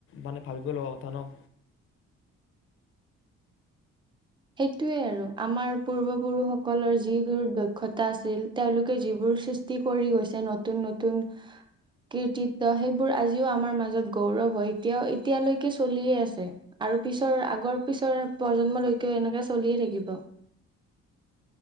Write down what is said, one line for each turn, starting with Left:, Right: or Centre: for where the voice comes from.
Left: মানে ভাবিব লগা কথা ন
Right: সেইটোয়ে আৰু আমাৰ পূৰ্বপুৰুষসকলৰ যিবোৰ দক্ষতা আছিল তেওঁলোকে যিবোৰ সৃষ্টি কৰি গৈছে নতুন নতুন কৃতিত্ব সেইবোৰ আজিও আমাৰ মাজত গৌৰৱ হয় এতিয়াও এতিয়ালৈকে চলিয়ে আছে আৰু পিছৰ আগৰ পিছৰ প্ৰজন্মলৈ কে এনেকে চলিয়ে থাকিব